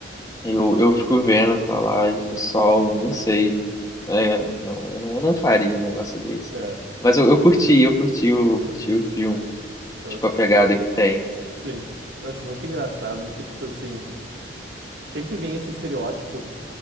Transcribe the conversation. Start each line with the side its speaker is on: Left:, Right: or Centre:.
Left: Eu,
Right: Ah,
Left: eu fico vendo falar, e, pessoal, não sei. É, não, eu não, eu não faria um negócio desse.
Right: É,
Left: Mas eu, eu curti, eu curti o, curti o filme.
Right: eu-
Left: Tipo, a pegada que tem.
Right: sim. Eu acho muito engraçado que, tipo assim, sempre vem esse estereótipo.